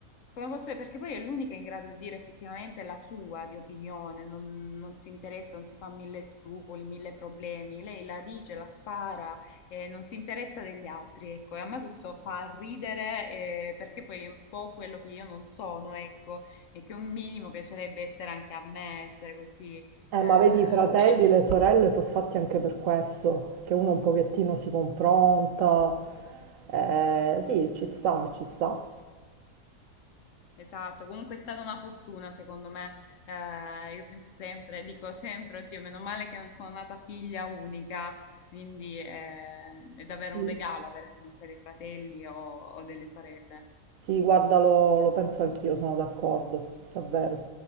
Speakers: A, on the left; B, on the right.
A: come posso dire, perché poi è l'unica in grado di dire effettivamente la sua di opinione, non, non si interessa, non si fa mille scrupoli, mille problemi, lei la dice, la spara, eh, non si interessa degli altri, ecco, e a me questo fa ridere, eh, perché poi è un po' quello che io non sono, ecco e che un minimo piacerebbe essere anche a me, essere così.
B: Eh,
A: eh,
B: ma vedi, i fratelli
A: bene.
B: e le sorelle sono fatti anche per questo, che uno un pochettino si confronta. Eh, sì, ci sta, ci sta.
A: Esatto, comunque è stata una fortuna secondo me. Eh, io penso sempre, dico sempre, oddio, meno male che non sono nata figlia unica, quindi eh, è davvero
B: Sì,
A: un regalo avere comunque dei fratelli o o delle sorelle.
B: sì, guarda, lo, lo penso anch'io, sono d'accordo, davvero.